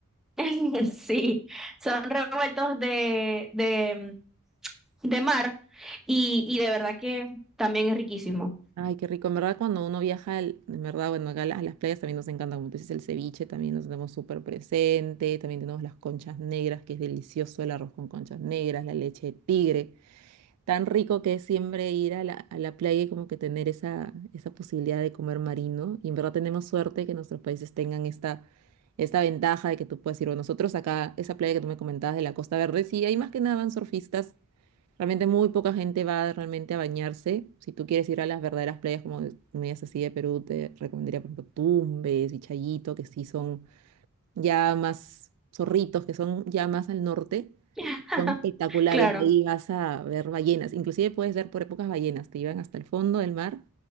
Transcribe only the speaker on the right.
Ay, qué rico. En verdad, cuando uno viaja, el- en verdad, bueno, acá las, las playas también nos encantan. Como tú dices, el ceviche también nos tenemos súper presente. También tenemos las conchas negras, que es delicioso el arroz con conchas negras, la leche de tigre. Tan rico que es siempre ir a la, a la playa y como que tener esa, esa posibilidad de comer marino. Y en verdad tenemos suerte que nuestros países tengan esta, esta ventaja de que tú puedes ir. Bueno, nosotros acá, esa playa que tú me comentabas de la Costa Verde, sí, hay más que nada van surfistas Realmente muy poca gente va realmente a bañarse. Si tú quieres ir a las verdaderas playas como medias así de Perú, te recomendaría, por ejemplo, Tumbes, Vichayito, que sí son ya más zorritos, que son ya más al norte.
Son espectaculares.
Ahí vas a ver ballenas. Inclusive puedes ver por épocas ballenas. Te llevan hasta el fondo del mar.